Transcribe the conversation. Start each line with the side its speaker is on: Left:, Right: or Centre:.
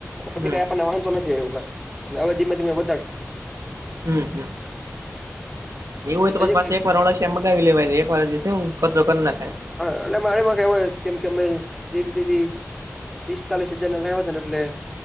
Centre: પછી
Right: હમ
Centre: કઈ આપને વાંધો નથી આવ્યું કઈ એટલે હવે ધીમે ધીમે વધારશ
Right: હમ હમ એવું હોય તો પછ પાછ
Centre: કઈ
Right: એક વાર વળ એમ મગાવી લેવાય ને એક વાર શું ખર્ચો કરી નાખાય
Centre: એટલે મારેમાં <unintelligible> કેવા કેમ કે અમે જે તે પિસ્તાલીસ હજાર ના લાવ ને એટલે